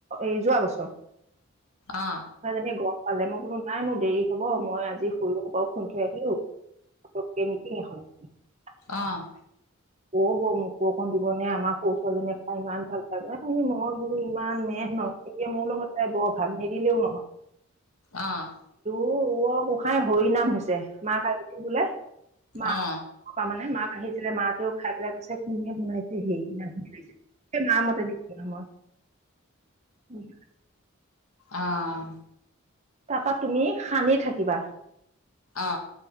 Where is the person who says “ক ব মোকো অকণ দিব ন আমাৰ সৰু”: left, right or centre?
Right